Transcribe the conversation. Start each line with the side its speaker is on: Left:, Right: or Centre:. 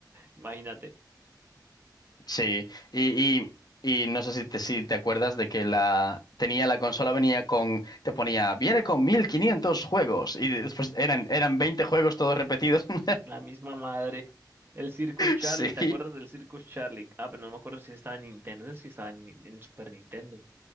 Right: Imagínate.
Left: sí. Y, y, y no sé si te, si te acuerdas de que la tenía la consola, venía con, te ponía, viene con 1500 juegos, y después eran, eran 20 juegos todos repetidos. <laughs>
Right: La misma madre. El Circus Charlie,
Left: Sí.
Right: ¿te acuerdas del Circus Charlie? Ah, pero no me acuerdo si estaba en Nintendo. No sé si estaba en, Ni- en Super Nintendo